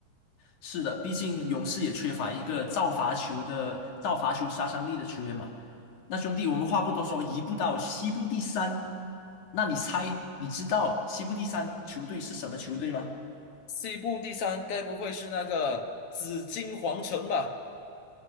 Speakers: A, on the left; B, on the left.
A: 是的，毕竟勇士也缺乏一个造罚球的造罚球杀伤力的球员嘛。那兄弟，我们话不多说，移步到西部第三。那你猜，你知道西部第三球队是什么球队吗？
B: 西部第三，该不会是那个紫金皇城吧？